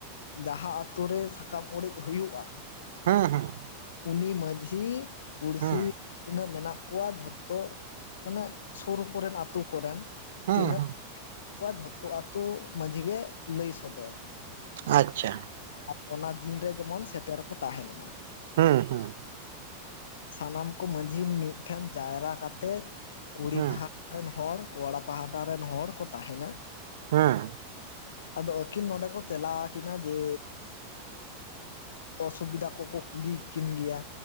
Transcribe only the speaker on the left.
ᱡᱟᱦᱟᱸ ᱟᱛᱳ ᱨᱮ ᱥᱟᱠᱟᱢ ᱚᱲᱮᱡ ᱦᱩᱭᱩᱜ-ᱟ?
ᱩᱱᱤ ᱢᱟᱺᱡᱷᱤ ᱯᱩᱲᱥᱤ
ᱛᱤᱱᱟᱹᱜ ᱢᱮᱱᱟᱜ ᱠᱚᱣᱟᱜ ᱡᱷᱚᱛᱚ ᱢᱟᱱᱮ ᱥᱳᱨ ᱠᱚᱨᱮᱱ ᱟᱹᱛᱳ ᱠᱚᱨᱮᱱ
ᱛᱤᱱᱟᱹᱜ
ᱠᱚᱣᱟᱜ ᱡᱷᱚᱛᱚ ᱟᱛᱳ ᱢᱟᱺᱡᱷᱤ ᱜᱮ ᱞᱟᱹᱭ ᱥᱚᱫᱚᱨ᱾
ᱟᱨ ᱚᱱᱟ ᱫᱤᱱ ᱨᱮ ᱡᱮᱢᱚᱱ ᱥᱮᱴᱮᱨ ᱠᱚ ᱛᱟᱦᱮᱱ ᱢᱟ᱾
ᱥᱟᱱᱟᱢ ᱠᱚ ᱢᱟᱺᱡᱷᱤ ᱢᱤᱫᱴᱷᱮᱱ ᱡᱟᱭᱨᱟ ᱠᱟᱛᱮ ᱠᱩᱲᱤ
ᱯᱟᱦᱟ ᱨᱮᱱ ᱦᱚᱲ ᱠᱚᱲᱟ ᱯᱟᱦᱴᱟ ᱨᱮᱱ ᱦᱚᱲ ᱠᱚ ᱛᱟᱦᱮᱱᱟ
ᱟᱫᱚ ᱟᱹᱠᱤᱱ ᱱᱚᱰᱮ ᱠᱚ ᱛᱮᱞᱟ ᱟᱠᱤᱱᱟ ᱡᱮᱻ ᱚᱥᱩᱵᱤᱫᱟ ᱠᱚᱠᱚ ᱠᱩᱞᱤ ᱠᱤᱱ ᱜᱮᱭᱟ᱾